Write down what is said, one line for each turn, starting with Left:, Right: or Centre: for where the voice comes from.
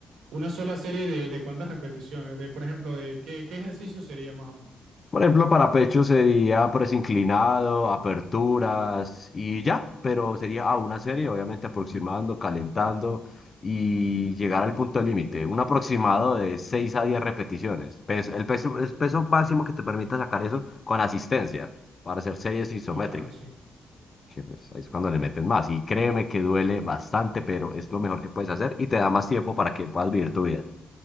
Right: Una sola serie de, de cuántas repeticiones, de por ejemplo, de qué, qué ejercicio sería más o menos.
Left: Por ejemplo, para pecho sería press inclinado, aperturas y ya, pero sería a una serie, obviamente aproximando, calentando y llegar al punto límite. Un aproximado de 6 a 10 repeticiones. Peso- el peso, el peso máximo que te permita sacar eso con asistencia para hacer series isométricas.
Right: No, claro, sí.
Left: que, pues, ahí es cuando le meten más. Y créeme que duele bastante, pero es lo mejor que puedes hacer y te da más tiempo para que puedas vivir tu vida.